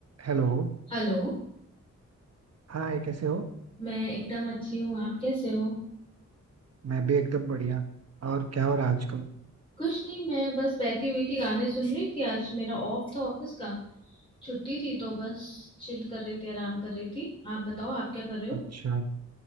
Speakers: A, on the right; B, on the left.
A: Hello
B: Hello
A: Hi कैसे हो
B: मैं एकदम अच्छी हूँ आप कैसे हो
A: मैं भी एकदम बढ़िया और क्या हो रहा है आजकल
B: कुछ नहीं मैं बस बैठी हुई थी गाने सुन रही थी आज मेरा ऑफ था ऑफिस का छुट्टी थी तो बस चिल कर रही थी आराम कर रही थी आप बताओ आप क्या कर रहे हो
A: अच्छा